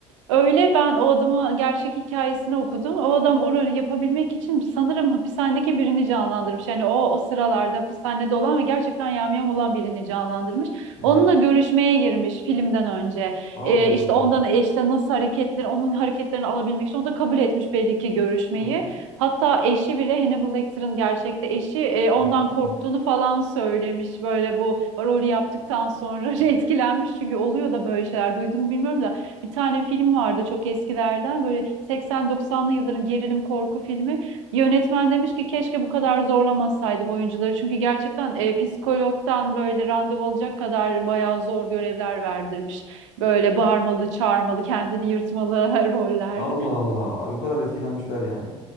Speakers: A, on the right; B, on the left.
A: öyle ben o adamı gerçek hikayesini okudum. O adam o rolü yapabilmek için sanırım hapishanedeki birini canlandırmış. Yani o o sıralarda hapishanede olan ve gerçekten yamyam olan birini canlandırmış.
B: Ha.
A: Onunla görüşmeye girmiş filmden önce.
B: Allah
A: E,
B: Allah.
A: işte ondan işte nasıl hareketleri, onun hareketlerini alabilmek için o da kabul etmiş belli ki görüşmeyi.
B: Hı-hı.
A: Hatta eşi bile Hannibal Lecter'ın gerçekte eşi e, ondan
B: Haklısın.
A: korktuğunu falan söylemiş. Böyle bu rolü yaptıktan sonra <laughs> etkilenmiş. Çünkü oluyor da böyle şeyler. Duydum mu bilmiyorum da bir tane film vardı çok eskilerden. Böyle 80-90'lı yılların gerilim korku filmi. Yönetmen demiş ki keşke bu kadar zorlamasaydım oyuncuları. Çünkü gerçekten e, psikologdan böyle randevu alacak kadar bayağı zor görevler verdirmiş. Böyle bağırmalı, çağırmalı, kendini yırtmalı <laughs> roller.
B: Allah Allah. O kadar etkilenmişler yani.